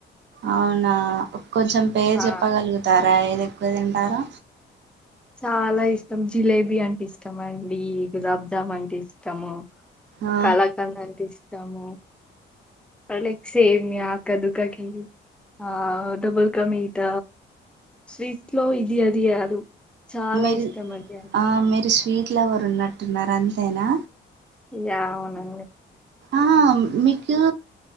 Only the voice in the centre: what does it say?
ఆ!
చాలా ఇష్టం జిలేబీ అంటే ఇష్టం అండి గులాబ్జాము అంటే ఇష్టము
కళాకండ్ అంటే ఇష్టము అనీకు సేమ్యా కదుక కీర్ ఆ డబుల్ క మీట స్వీట్స్ లో ఇది అది కాదు చాలా
ఇష్టం అండి అన్ని
ఇగ అవును